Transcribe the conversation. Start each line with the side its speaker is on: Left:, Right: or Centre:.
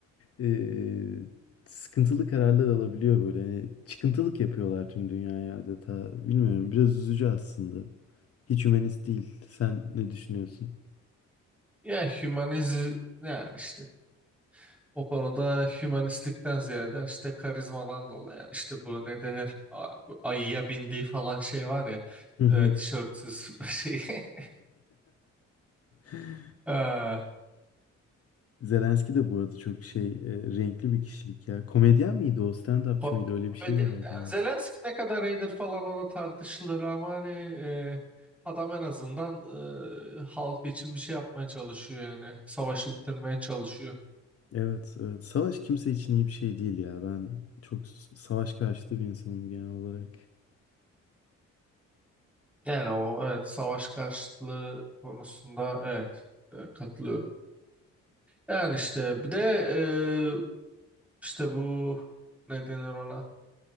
Left: e, sıkıntılı kararlar alabiliyor böyle. Hani çıkıntılık yapıyorlar tüm dünyaya adeta. Bilmiyorum biraz üzücü aslında. Hiç hümanist değil. Sen ne düşünüyorsun?
Centre: Ya hümanizm yani işte o konuda hümanistlikten ziyade işte karizmadan dolayı yani işte bu ne denir A- ayıya bindiği falan şey var ya
Left: Hı hı.
Centre: e, tişörtsüz <laughs> şey. <laughs>
Left: <laughs>
Centre: Ha,
Left: Zelenski de bu arada çok şey e, renkli bir kişilik ya. Komedyen miydi o? Stand-upçı
Centre: Ko-
Left: mıydı? Öyle
Centre: Komedi-
Left: bir şey vardı
Centre: yani
Left: onun.
Centre: Zelenski ne kadar iyidir falan o da tartışılır ama hani e, adam en azından e, halk için bir şey yapmaya çalışıyor yani. Savaşı bitirmeye çalışıyor.
Left: Evet, evet. Savaş kimse için iyi bir şey değil ya. Ben çok s- savaş karşıtı bir insanım genel olarak.
Centre: Yani o evet savaş karşıtlığı konusunda evet e, katılıyorum. Yani işte bir de e, işte bu ne denir ona?